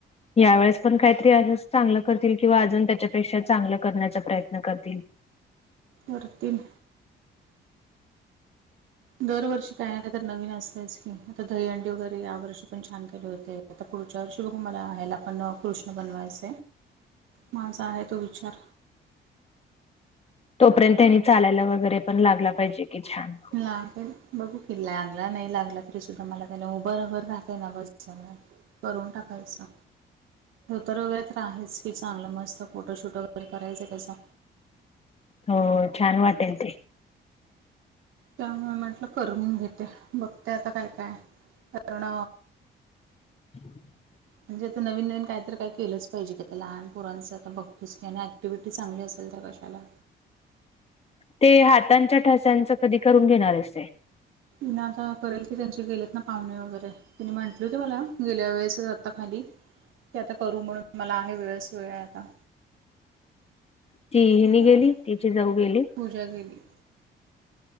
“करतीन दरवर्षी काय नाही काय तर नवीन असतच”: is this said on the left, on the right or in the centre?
Right